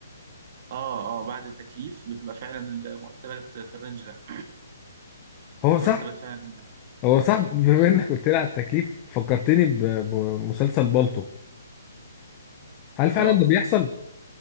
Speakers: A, on the right; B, on the left.
A: اه اه بعد التكليف بتبقى فعلا المرتبات في الرينج ده
B: هو
A: <clears throat>
B: صح
A: مرتبات فعلا
B: هو صح
A: اتفضل
B: بما انك قلت لي على التكليف فكرتني ب... بمسلسل بالطو هل
A: اه
B: فعلا ده بيحصل